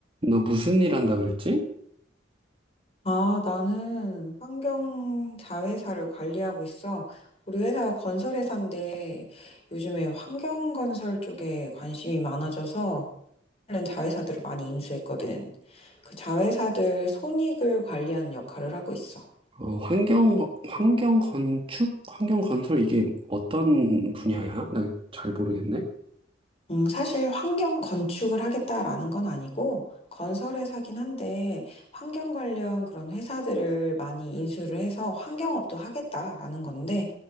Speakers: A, on the right; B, on the left.
A: 너 무슨 일 한다 그랬지?
B: 아, 나는 환경 자회사를 관리하고 있어. 우리 회사가 건설회사인데 요즘에 환경 건설 쪽에 관심이 많아져서 관련 자회사들을 많이 인수했거든. 그 자회사들 손익을 관리하는 역할을 하고 있어.
A: 어, 환경, 환경 건축? 환경 건설 이게 어떤 분야야? 나 잘 모르겠네.
B: 음, 사실 환경 건축을 하겠다라는 건 아니고 건설회사긴 한데 환경 관련 그런 회사들을 많이 인수를 해서 환경업도 하겠다라는 건데